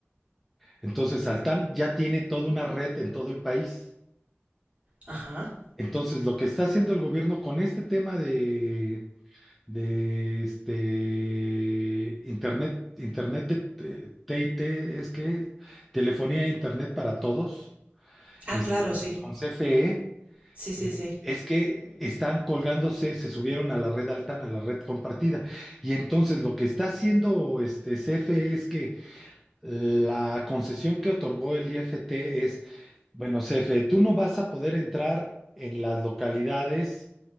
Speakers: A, in the centre; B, on the right.
A: Entonces Altán ya tiene toda una red en todo el país.
B: Ajá.
A: Entonces lo que está haciendo el gobierno con este tema de, de este internet, internet de te- T es que telefonía e internet para todos,
B: Ah,
A: este,
B: claro, sí.
A: con CFE.
B: Sí, sí,
A: Eh,
B: sí.
A: Es que están colgándose, se subieron a la red Altán, a la red compartida. Y entonces lo que está haciendo este CFE es que la concesión que otorgó el IFT es, bueno, CFE, tú no vas a poder entrar en las localidades